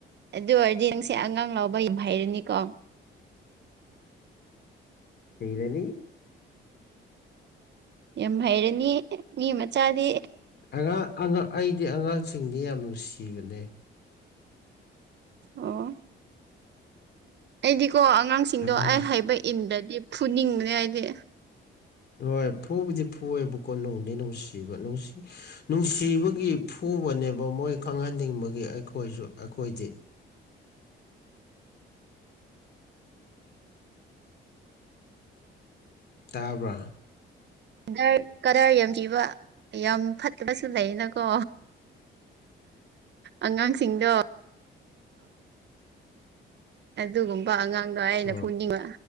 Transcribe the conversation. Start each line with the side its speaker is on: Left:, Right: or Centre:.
Right: ꯑꯗꯨ ꯑꯣꯏꯔꯗꯤ ꯅꯁꯦ ꯑꯉꯥꯡ ꯂꯧꯕ ꯌꯥꯝ ꯍꯩꯔꯅꯤꯀꯣ
Left: ꯍꯩꯔꯅꯤ
Right: ꯌꯥꯝ ꯍꯩꯔꯅꯤ ꯃꯤ ꯃꯆꯥꯗꯤ
Left: ꯑꯉꯥꯡ ꯑꯉꯥꯡ ꯑꯩꯗꯤ ꯑꯉꯥꯡꯁꯤꯡꯗꯤ ꯌꯥꯝ ꯅꯨꯡꯁꯤꯕꯅꯦ
Right: ꯑꯣ ꯑꯩꯗꯤꯀꯣ ꯑꯉꯥꯡꯁꯤꯡꯗꯣ
Left: ꯑꯉꯥꯡ
Right: ꯑꯩ ꯍꯥꯏꯕ ꯏꯟꯗꯗꯤ ꯐꯨꯅꯤꯡꯕꯅꯦ ꯑꯩꯗꯤ
Left: ꯑꯗꯣ ꯐꯨꯕꯨꯗꯤ ꯐꯨꯏꯑꯦꯕꯀꯣ ꯅꯨꯡꯗꯤꯩ ꯅꯨꯡꯁꯤꯕ ꯅꯨꯡꯁꯤ ꯅꯨꯡꯁꯤꯕꯒꯤ ꯐꯨꯕꯅꯦꯕ ꯃꯣꯏ ꯈꯪꯍꯟꯅꯤꯡꯕꯒꯤ ꯑꯩꯈꯣꯏꯁꯨ ꯑꯩꯈꯣꯏꯗꯤ ꯇꯥꯕ꯭ꯔꯥ
Right: ꯗꯔ ꯀꯗꯔ ꯌꯥꯝ ꯊꯤꯕ ꯌꯥꯝ ꯐꯠꯇꯕꯁꯨ ꯂꯩꯌꯦꯅꯀꯣ ꯑꯉꯥꯡꯁꯤꯡꯗꯣ ꯑꯣ ꯑꯗꯨꯒꯨꯝꯕ ꯑꯉꯥꯡ ꯑꯩꯅ
Left: ꯍꯣꯏꯗꯤ
Right: ꯐꯨꯅꯤꯡꯕ